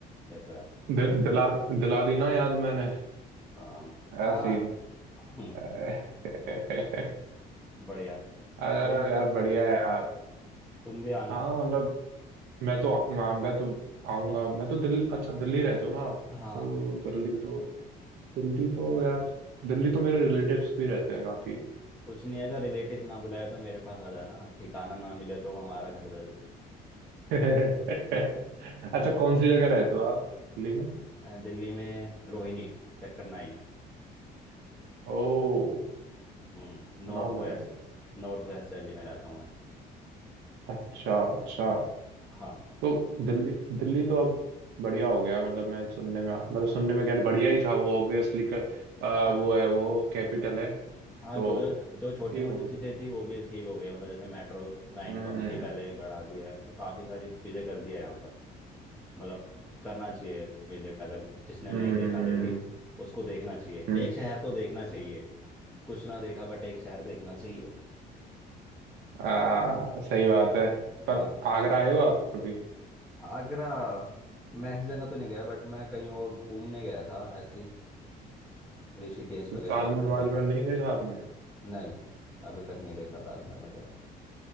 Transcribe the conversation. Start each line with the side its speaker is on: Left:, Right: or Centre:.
Centre: ये तो है
Right: दि, दिला दिला दी ना याद मैंने
Centre: अम,
Right: ऐसे
Centre: हाँ
Right: ही हूँ
Centre: हम्म,
Right: <laughs>
Centre: बढ़िया
Right: अरे
Centre: कोई नहीं
Right: यार बढ़िया है यार
Centre: तुम भी आना
Right: हाँ मतलब मैं तो आ- मैं तो आऊंगा
Centre: कुछ
Right: मैं तो दिल्ली अच्छा दिल्ली रहते हो ना आप
Centre: हाँ
Right: तो दिल्ली तो दिल्ली तो यार दिल्ली तो मेरे रिलेटिव्स भी रहते हैं काफी
Centre: कुछ नहीं अगर रिलेटिव ना बुलाए तो मेरे पास आ जाना ठिकाना ना मिले तो हमारा घर जरूर
Right: <laughs> अच्छा
Centre: हम्म,
Right: कौन सी जगह रहते हो आप दिल्ली में
Centre: अ, दिल्ली में रोहिणी सेक्टर नाइन
Right: ओ
Centre: हम्म
Right: सुना
Centre: north
Right: हुआ
Centre: west
Right: है
Centre: North west Delhi में रहता हूँ मैं
Right: अच्छा अच्छा
Centre: हाँ
Right: तो दिल्ली दिल्ली तो अब बढ़िया हो गया मतलब मैं सुनने में मतलब सुनने में क्या बढ़िया ही था वो ऑब्वियसली कर, आ,
Centre: हाँ
Right: वो है वो कैपिटल है
Centre: हाँ
Right: तो
Centre: जो जो जो छोटी
Right: ठीक
Centre: मोटी
Right: हो गया
Centre: चीज़ें थी वो भी ठीक हो गई मतलब जैसे मेट्रो लाइन
Right: हम्म
Centre: कम थी पहले बढ़ा दिया है मतलब काफ़ी सारी चीज़ें कर दिया है यहाँ पर मतलब करना चाहिए विजिट अगर जिसने
Right: हम्म
Centre: नहीं देखा
Right: हम्म
Centre: दिल्ली उसको देखना चाहिए
Right: हम्म।
Centre: एक शहर तो देखना चाहिए कुछ ना देखा बट एक शहर देखना चाहिए
Right: आ, सही बात है पर
Centre: हाँ
Right: आगरा आए हो आप कभी
Centre: आगरा मैं ऐसी जगह तो नहीं गया बट मैं कहीं और घूमने गया था ऐसी ऋषिकेश
Right: तो
Centre: वगैरह
Right: ताजमहल
Centre: घूमने
Right: वाजमहल
Centre: गया हूँ मैं
Right: नहीं देखा आपने
Centre: नहीं अभी तक नहीं देखा ताजमहल वगैरह